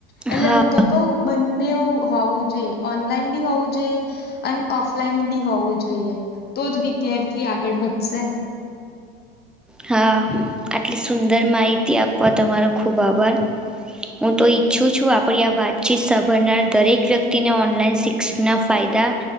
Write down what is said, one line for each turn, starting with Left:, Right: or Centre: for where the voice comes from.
Left: એટલે
Centre: હા
Left: હું તો કહ. બંને હોવું જોઈએ ઓનલાઈન બી હોવું જોઈએ, અને ઓફલાઈન બી હોવું જોઈએ, તો જ વિદ્યાર્થી આગળ વધશે.
Centre: હા, આટલી સુંદર માહિતી આપવા તમારો ખૂબ આભાર. હું તો ઈચ્છું છું આપણી આ વાતચીત સાંભળનાર દરેક વ્યક્તિને ઓનલાઈન શિક્ષકના ફાયદા.